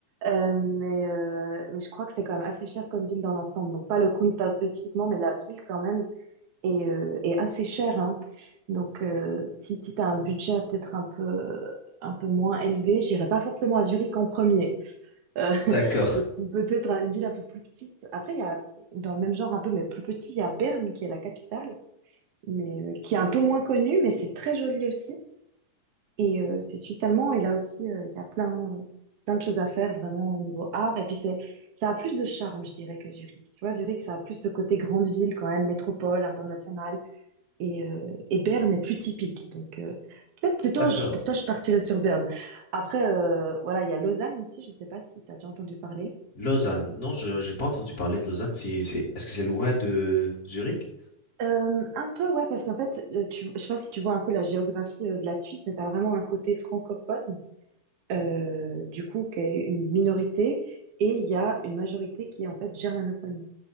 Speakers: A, on the right; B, on the left.
A: Euh, mais, euh, mais je crois que c'est quand même assez cher comme ville dans l'ensemble. Donc, pas le Kunsthaus spécifiquement, mais la ville quand même. et, euh, et assez cher, hein. Donc, euh, si, si tu as un budget peut-être un peu, un peu moins élevé, j'irai pas forcément à Zurich en premier. Euh, <laughs>
B: D'accord,
A: peut- peut-être à une ville un peu plus petite. Après, il y a, dans le même genre un peu, mais plus petit, il y a Berne qui est la capitale, mais euh, qui est un peu moins connue, mais c'est très joli aussi. Et euh, c'est suisse allemand, et là aussi, euh, il y a plein, euh, plein de choses à faire vraiment au niveau art. Et puis, c'est, ça a plus de charme, je dirais, que Zurich. Tu vois, Zurich, ça a plus ce côté grande ville quand même, métropole, internationale. Et, euh, et Berne est plus typique. Donc, euh, peut-être plutôt,
B: d'accord.
A: je- pour toi, je partirais sur Berne. Après, euh, voilà, il y a Lausanne aussi. Je sais pas si tu as déjà entendu parler.
B: Lausanne. Non, je j'ai pas entendu parler de Lausanne. C'est, c'est, est-ce que c'est loin de Zurich?
A: Euh, un peu, ouais, parce qu'en fait, euh, tu, je sais pas si tu vois un peu la géographie euh, de la Suisse, mais tu as vraiment un côté francophone, euh, du coup, qui est une minorité, et il y a une majorité qui est en fait germanophone.